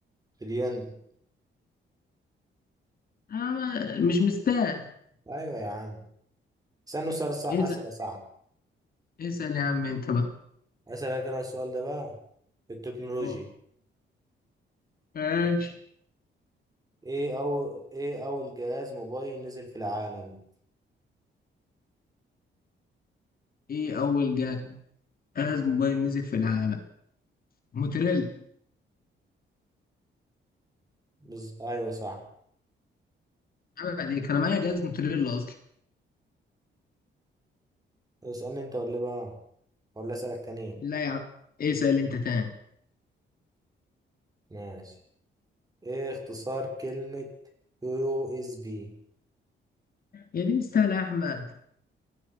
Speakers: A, on the right; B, on the left.
A: مليان
B: انا ما- مش مستاهل
A: أيوة يا عم استنوا سؤال صعب
B: اسال
A: أسئلة صعب
B: اسال يا عم انت بقى
A: أسألك أنا السؤال ده بقى في التكنولوجي
B: اه ماشي
A: إيه أو إيه أول جهاز موبايل نزل في العالم
B: ايه اول جهاز جهاز موبايل نزل في العالم موتوريلا
A: بز... أيوه صح
B: عيب عليك انا معايا جهاز موتوريلا اصلا
A: اسألني أنت ولا بقى ولا أسألك تاني
B: لا يا عم اسال انت تاني
A: ماشي إيه اختصار كلمة يو إس بي
B: يا دي مستاهله يا احمد